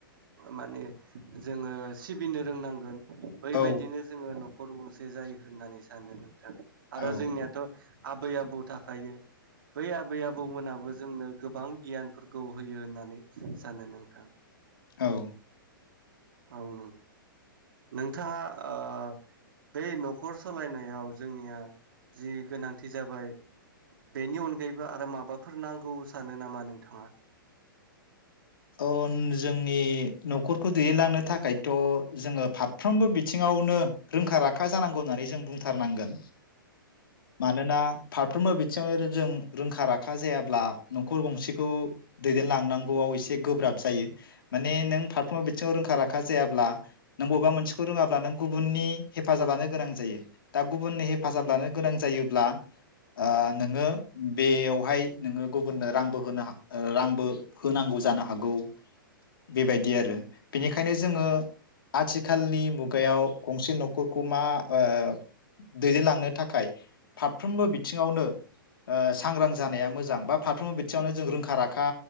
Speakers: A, on the right; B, on the left.
A: माने जोंङो सिबिनो रोंनांगोन बै बायदिनो
B: औ
A: जोंङो न' खर गंसे जायो होननानै सानो नों थां आरो
B: औ
A: जोंनिया आबै आबौ थाखायो बै आबै आबौमोनाबो जोंनो गोबां गियानफोरखौ होयो होननानै सानो नोंथां
B: औ
A: औ नों नों थांङा ओ बै न'खर सालायनायाव जोंनिया गोनांथि जाबाय बेनि अनगायैबो आरो माबाफोर नांगौ सानो नामा नोंथाङा
B: अ जोंनि न'खरखौ दैदेनलांनो थाखाय थ जोंङो फारफ्रोमबो बि थिंङावनो रोंखा राखा जानांगौ होननानै जों बुंथारनांगोन मानोना फारफ्रोमबो बिथिङावनो जों रोंखा राखा जायाब्ला न'खर गंसेखौ दैदेनलांनांगौयाव एसे गोब्राब जायो माने नों फारफ्रोमबो बिथिंङाव रोंखा राखा जायाब्ला नों बबेबा मोनसेखौ रोंङाब्ला नों गुबुननि हेफाजाबनो गोनां जायो दा गुबुननि हे फाजाब लानो गोनां जायोब्ला ओ नोंङो बेयावहाय नोंङो गुबुननो रांबो होनो ओ रांबो होनांगौ जानो हा हागौ बेबायदि आरो बेनिखायनो जोंङो आथिखालनि मुगायाव गंसे न'खरखौ मा ओ दैदेनलांनो थाखाय फारफ्रोमबो बिथिङावनो ओ सांग्रां जानाया मोजां बा फारफ्रोमबो बिथिङावनो जों रोंखा राखा